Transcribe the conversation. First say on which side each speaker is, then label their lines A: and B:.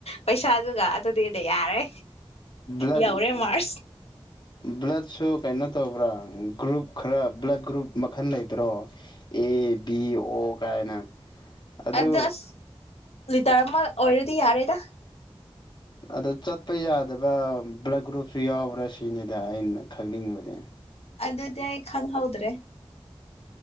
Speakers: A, on the left; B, on the left.
A: ꯄꯩꯁꯥꯗꯨꯒ ꯑꯗꯨꯗꯤꯗ ꯌꯥꯔꯦ
B: ꯭ꯂ꯭ꯂ
A: ꯌꯧꯔꯦ ꯃꯥꯔꯁ
B: ꯕ꯭ꯂꯠ ꯁꯣ ꯀꯩꯅꯣ ꯇꯧꯕ꯭ꯔꯥ ꯒ꯭ꯔꯨꯞ ꯈꯔ ꯕ꯭ꯂꯠ ꯒ꯭ꯔꯨꯞ ꯃꯈꯜ ꯂꯩꯇ꯭ꯔꯣ ꯑꯦ ꯕꯤ ꯑꯣ ꯀꯥꯏꯅ ꯑꯗꯨ
A: ꯑꯦꯗ꯭ꯔꯥꯁ ꯂꯤꯇꯥꯔ ꯑꯃ ꯑꯣꯏꯔꯗꯤ ꯌꯥꯔꯦꯗ
B: ꯑꯗ ꯆꯠꯄ ꯌꯥꯗꯕ ꯕ꯭ꯂꯗ ꯒ꯭ꯔꯨꯞꯁꯨ ꯌꯥꯎꯕ꯭ꯔꯥ ꯁꯤꯅꯤꯗ ꯑꯩꯅ ꯈꯪꯅꯤꯡꯕꯅꯦ
A: ꯑꯗꯗꯤ ꯌꯥꯏꯛ ꯍꯪ ꯍꯥꯎꯗ꯭ꯔꯦ